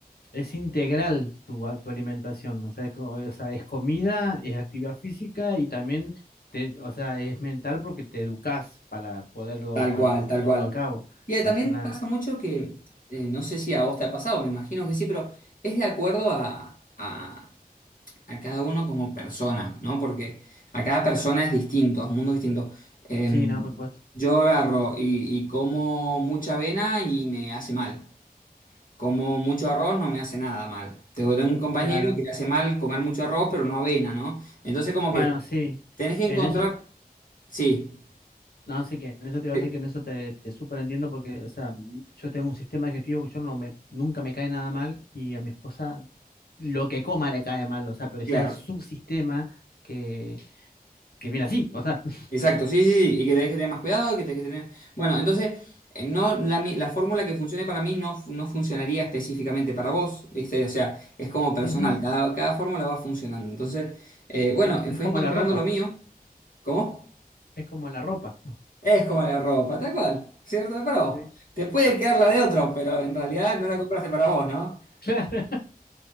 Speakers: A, on the left; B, on the left.
A: es integral tu, a- tu alimentación, o sea, es, co- o sea, es comida, es actividad física y también, te, o sea, es mental porque te educas para poderlo,
B: Tal
A: para
B: cual, tal
A: llevarlo
B: cual.
A: a cabo.
B: Y eh,
A: Es
B: también
A: una...
B: pasa mucho que, eh, no sé si a vos te ha pasado, me imagino que sí, pero es de acuerdo a, a- a cada uno como persona, ¿no? Porque a cada persona es distinto, es un mundo distinto. Eh,
A: Sí, no, por supuesto.
B: yo agarro y, y como mucha avena y me hace mal. Como mucho arroz no me hace nada mal. Tengo tengo un compañero
A: Claro.
B: que le hace mal comer mucho arroz, pero no avena, ¿no? Entonces como
A: Bueno,
B: que
A: sí,
B: tenés que encontrar...
A: en eso...
B: Sí,
A: No, así que en eso te iba
B: eh,
A: a decir que en eso te, te súper entiendo porque, o sea, mm, yo tengo un sistema digestivo que yo no me, nunca me cae nada mal y a mi esposa lo que coma le cae mal, o sea, pero
B: claro.
A: ya es su sistema que, que viene así, o sea, <laughs>
B: Exacto, sí, sí, sí, y que tenés que tener más cuidado, y que tenés que tener... Bueno, entonces, eh, no, la, mi- la fórmula que funcione para mí no, fu- no funcionaría específicamente para vos, ¿viste? O sea, es como personal,
A: ujú,
B: cada, cada fórmula va funcionando. Entonces, eh, bueno,
A: sí,
B: eh,
A: es
B: fue
A: como
B: encontrando
A: la ropa,
B: lo mío. ¿Cómo?
A: es como la ropa.
B: Es como la ropa, tal cual, ¿cierto? Es Para vos.
A: Sí. <laughs>
B: Te puede quedar la de otro, pero en realidad no la compraste para vos, ¿no?
A: Claro.